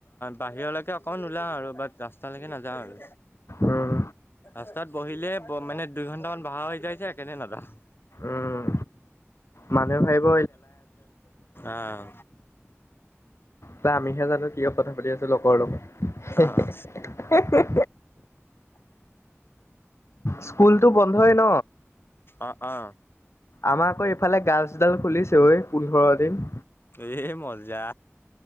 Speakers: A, on the left; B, on the left.
A: বাহিৰলৈকে অ কন ওলাও আৰু বাট ৰাস্তালৈকে নাযাওঁ আৰু
B: উম
A: ৰাস্তাত বহিলে মানে দুই ঘণ্টামান বহা হৈ যাইযে সেইকানে নাযাওঁ
B: উম মানুহে ভাবিব
A: আহ
B: ত আমিহে জানো কিয় কথা চলি আছে লগৰ লগত হেহে
A: অ', অ',
B: হে স্কুলটো বন্ধই ন
A: অ অ
B: আমাৰ আকৌ এইফালে গাৰ্লছডাল খুলিছে ঐ পোন্ধৰ দিন
A: এ মজ্জা